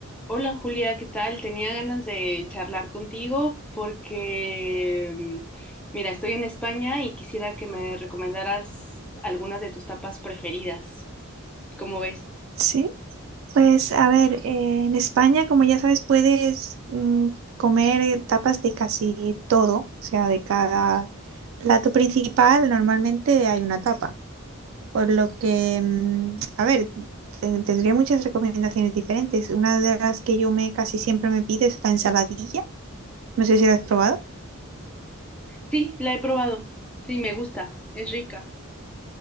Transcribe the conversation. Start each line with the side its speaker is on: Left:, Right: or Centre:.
Centre: Hola Julia, ¿qué tal? Tenía ganas de charlar contigo porque, mm, mira, estoy en España y quisiera que me recomendaras algunas de tus tapas preferidas. ¿Cómo ves?
Right: Sí, pues a ver, eh, en España, como ya sabes, puedes mm, comer eh, tapas de casi todo, o sea, de cada plato principal normalmente hay una tapa, por lo que, mm, a ver, ten- tendría muchas recomendaciones diferentes. Una de las que yo me casi siempre me pido es la ensaladilla, no sé si la has probado.
Centre: Sí, la he probado. Sí, me gusta. Es rica.